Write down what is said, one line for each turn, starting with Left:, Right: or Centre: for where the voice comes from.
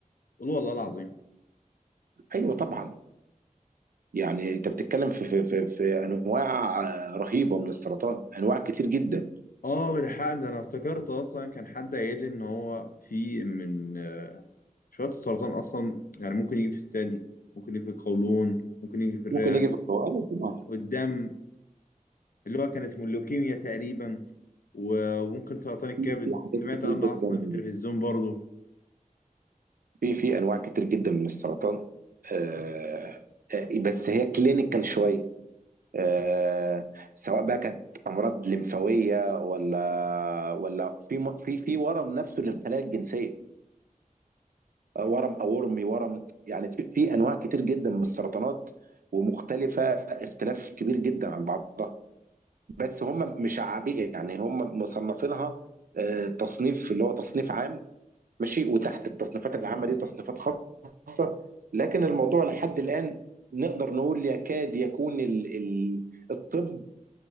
Left: قول والله العظيم
Right: ايوه طبعا يعني انت بتتكلم في في في, في انواع آه، رهيبه من السرطان انواع كتير جدا
Left: اه بالحق ده انا افتكرت اصلا كان حد قايل لي ان هو في من آه، شويه السرطان اصلا يعني ممكن يجي في الثدي ممكن يجي في القولون ممكن يجي في الرئه
Right: ممكن يجي في القولون ايوه طبعا
Left: والدم اللي هو كان اسمه اللوكيميا تقريبا و- وممكن سرطان الكبد
Right: في في حاجات
Left: سمعت
Right: كتير
Left: عنه
Right: جدا
Left: اصلا في التلفزيون برضه
Right: في في انواع كتير جدا من السرطان آه، آه، بس هي كلينيكال شويه آه، سواء بقى كانت امراض لمفاويه ولا ولا في م- في في ورم نفسه للخلايا الجنسيه آه، ورم اورمي ورم يعني في في انواع كتير جدا من السرطانات ومختلفه اختلاف كبير جدا عن بعضها بس هم مشعبين يعني هم مصنفينها آه، تصنيف اللي هو تصنيف عام ماشي وتحت التصنيفات العامة دي تصنيفات خاصة لكن الموضوع لحد الآن نقدر نقول يكاد يكون ال- ال- الطب